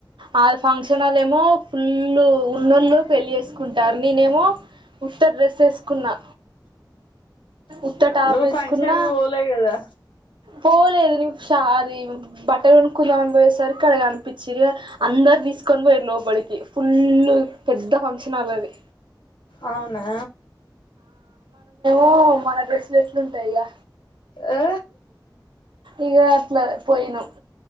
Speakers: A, on the right (about 85°); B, on the left (about 85°).
A: ఆ ఫంక్షన్లో ఏమో ఫుల్లు ఉన్నోళ్ళు పెళ్ళి వేసుకుంటారు, నేనేమో ఉత్త డ్రెస్ వేసుకున్నా. ఉత్త టాప్
B: నువ్
A: వేసుకున్నా
B: ఫంక్షన్ పోలే కదా
A: పోలేదు ష అది బట్టలు కొనుక్కుందామని పోయే సరికిడగా అనిపించి, అందరు తీసుకొని పోయారు లోపలికి ఫుల్ పెద్ద ఫంక్షన్ హాల్ అది.
B: అవునా
A: ఓ మన డ్రెస్సులు ఎట్లుంటాయి ఇక
B: ఆ
A: ఇక అట్లా పోయిను